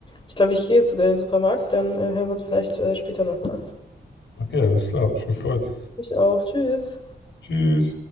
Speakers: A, on the left; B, on the left.
A: ich glaube, ich gehe jetzt sogar in den Supermarkt, dann äh, hören wir uns vielleicht äh, später nochmal.
B: Okay, alles klar. Hab mich gefreut.
A: Ich auch, tschüss.
B: Tschüss.